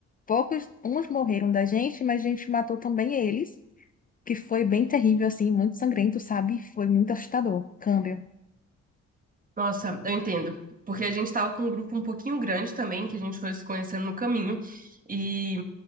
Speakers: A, on the left; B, on the right.
A: poucos, uns morreram da gente, mas a gente matou também eles, que foi bem terrível, assim, muito sangrento, sabe? Foi muito assustador. Câmbio.
B: Nossa, eu entendo. Porque a gente tava com um grupo um pouquinho grande também, que a gente foi se conhecendo no caminho. E,